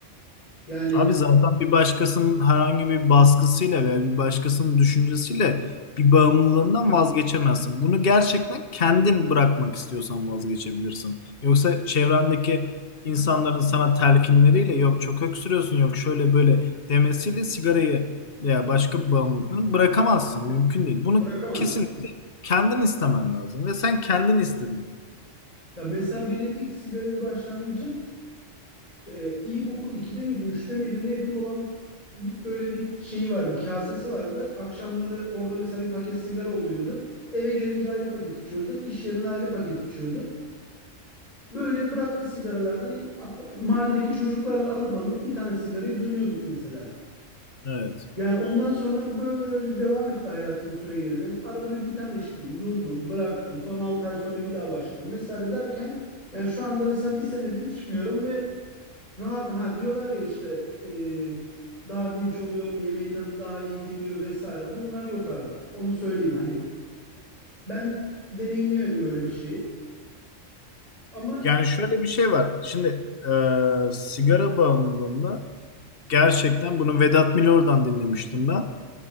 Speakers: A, on the left; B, on the left.
A: Yani
B: Abi zaten bir başkasının herhangi bir baskısıyla veya bir başkasının düşüncesiyle bir bağımlılığından vazgeçemezsin. Bunu gerçekten kendin bırakmak istiyorsan vazgeçebilirsin. Yoksa çevrendeki insanların sana telkinleriyle yok çok öksürüyorsun yok şöyle böyle demesiyle sigarayı veya başka bir bağımlılığını bırakamazsın. Mümkün değil. Bunu
A: bırakamazsın.
B: kesinlikle kendin istemen lazım ve sen kendin istedin.
A: Ya mesela benim ilk sigaraya başlangıcım e, ilkokul iki'de miydim, üç'te miydim, neydim? Babam bir- böyle bir şeyi vardı, kasesi vardı. Akşamları orada mesela bir paket sigara oluyordu. Eve gelince ayrı paket içiyordu. İş yerinde ayrı paket içiyordu. Böyle bıraktı sigaralardan mahalledeki çocuklarla alıp alıp bir tane sigarayı dönüyorduk mesela.
B: Evet.
A: Yani ondan sonra böyle devam etti hayatım süre gelene. Arada bir bir tane içtim, durdum, bıraktım. Son 6 ay sonra bir daha başladım vesaire derken yani şu anda mesela bir senedir içmiyorum ve rahatım. Ha diyorlar ya işte e, daha dinç oluyorum, yemeğin tadı daha iyi geliyor vesaire. Bunlar yok abi. Onu söyleyeyim. Hani ben deneyimleyemedim öyle bir şeyi. Ama
B: Yani şöyle bir şey var. Şimdi e, sigara bağımlılığında Gerçekten bunu Vedat Milor'dan dinlemiştim ben.